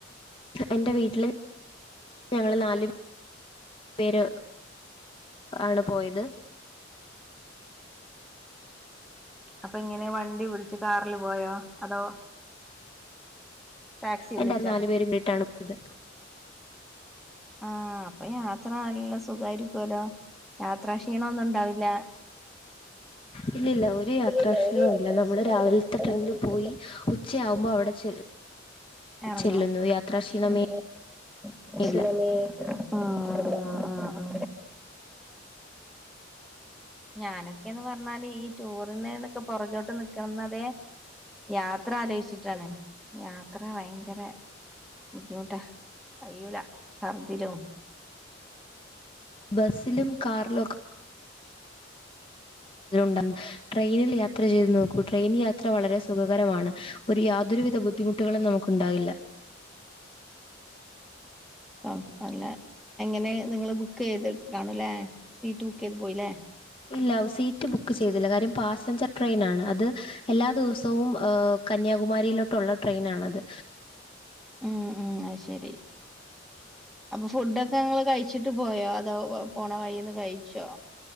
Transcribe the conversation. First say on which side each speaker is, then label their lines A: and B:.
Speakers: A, on the left; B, in the centre.
A: എന്റെ വീട്ടില് ഞങ്ങള് നാല് പേര് ആണ് പോയത് <inaudible>
B: അപ്പൊ എങ്ങനെ വണ്ടി വിൾച് കാറിൽ പോയോ അതോ ടാക്സി വിളിച്ചോ
A: എന്റെ അത് നാലു പേരും <unintelligible> ട്ടാണ് പോയത്
B: ആഹ് അപ്പൊ യാത്ര നല്ല സുഖമായിരിക്കുവല്ലോ യാത്രക്ഷീണം ഒന്നും ഇണ്ടാവില്ല
A: ഇല്ലില്ല ഒരു യാത്രാക്ഷീണവും
B: ഇല്ലില്ല ഒരു യാത്രാക്ഷീണവുമില്ല
A: ഇല്ല നമ്മള് രാവിലെ ത്തെ
B: നമ്മുടെ രാവിലത്തെ
A: ട്രെയിനിൽ പോയി
B: പണി
A: ഉച്ചയാകുമ്പോൾ അവിടെ ചെ
B: ഇറങ്ങും
A: ചെല്ലുന്നു
B: ശിവനെ
A: യാത്രാക്ഷീണമേ
B: ആഹ് ആഹ്
A: ഇല്ല
B: ആഹ് ആഹ് ആഹ് ഞാനൊക്കെയന്ന് പറഞ്ഞാല് ഈ ടൂറിന്ന്നൊക്കെ പുറകോട്ട് നിക്കുന്നതേ യാത്ര ആലോചിച്ചിട്ടാണ് യാത്ര ഭയങ്കര ബുദ്ധിമുട്ടാ കയ്യൂല ഛർദിലും
A: ബസ്സിലും കാറിലൊക്കെ തിലുണ്ടെന്ന് ട്രെയിനിൽ യാത്ര ചെയ്തു നോക്കൂ ട്രെയിൻ യാത്ര വളരെ സുഖകരമാണ് ഒരു യാതൊരുവിധ ബുദ്ധിമുട്ടുകളും നമുക്കുണ്ടാവില്ല
B: അം നല്ലെ എങ്ങനെ നിങ്ങൾ ബുക്ക് ചെയ്ത് കാണു ലേ സീറ്റ് ബുക്ക് ചെയ്ത് പോയിലെ
A: ഇല്ല സീറ്റ് ബുക്ക് ചെയ്തില്ല കാര്യം പാസഞ്ചർ ട്രെയിനാണ് അത് എല്ലാ ദിവസവും ഏ കന്യാകുമാരിയിലോട്ടുള്ള ട്രെയിനാണത്
B: ഉം ഉം അത് ശെരി അപ്പൊ ഫുഡൊക്കെ ങ്ങള് കഴിച്ചിട്ട് പോയോ അതോ പോണ വഴിന്ന് കഴിച്ചോ